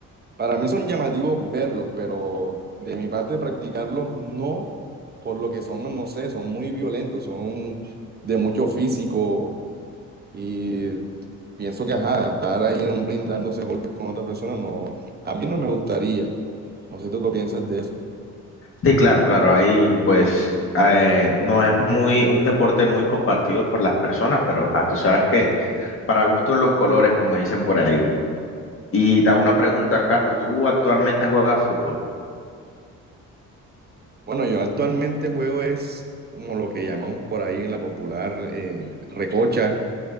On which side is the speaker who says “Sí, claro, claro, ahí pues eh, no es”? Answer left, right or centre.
Left